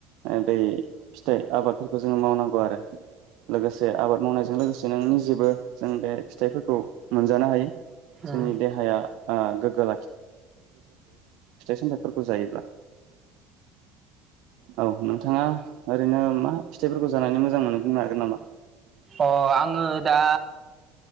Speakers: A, on the right (about 65°); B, on the right (about 30°).
A: ओ बै फिथाइ आबादफोरखौ जोङो मावनांगौ आरो लोगोसे आबाद मावनाय बेजों लोगोसे नि जेबो जों बे फिथाइफोरखौ मोनजानो हायो
B: उम
A: जोंनि
B: उम
A: देहाया अ गोगो सामथाइफोरखौ जायोब्ला। औ नोंथाङा ओरैनो मा फिथाइफोरखौ जानानै मोजां मोनो बुंनो हागोन नामा?
B: अ आङो दा